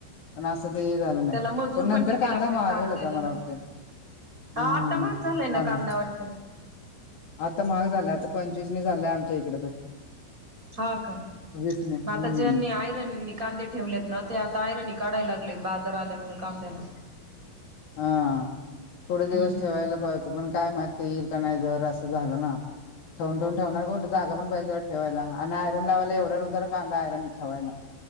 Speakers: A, on the left; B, on the right.
A: पण अस अस ते हे झालं नाही
B: त्याला मजूर
A: पण नंतर
B: किती
A: कांदा
B: लागतात
A: महागेलता
B: कांद्याला
A: मला
B: ना.
A: वाटतंय.
B: हा
A: हम्म,
B: आता महाग झालाय ना
A: <unintelligible>
B: कांदा वाटतं.
A: आता महाग झाल्यात. आता पंचवीस झालंय आमच्या इकडे तर.
B: हा का. मग
A: दिसणे हम्म
B: आता ज्यांनी आयरननी कांदे ठेवलेत ना ते आता आयरन काढाय लागलेत बाज दर आल्या मुळे कांद्याला
A: हा थोडे दिवस
B: हम्म
A: ठेवायला पाहिजत पण काय माहित. तेल का नाही जर असं झालं ना ठेवून ठेवून ठेवणार कोण जागा पण पहिल तर ठेवायला आणि आयरन लावायला एवढ्या नव्हतं <unintelligible> आयरन. ठेवायला